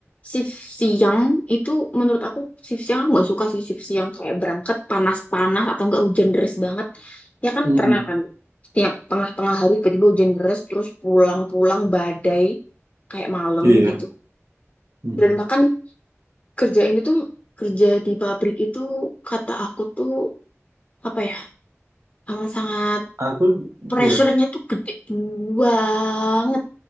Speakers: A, on the left; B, on the right.
A: shift siang, itu menurut aku shift siang aku nggak suka sih shift siang. Kayak berangkat panas-panas atau enggak hujan deras banget. Ya kan
B: Mm-mm.
A: pernah kan, setiap tengah-tengah hari tiba-tiba hujan deras, terus pulang-pulang badai kayak malam
B: Iya.
A: gitu.
B: Mhm.
A: Dan bahkan kerja ini tuh, kerja di pabrik itu kata aku tuh, apa ya, amat sangat
B: Aku,
A: pressure-nya
B: iya,
A: tuh gede banget,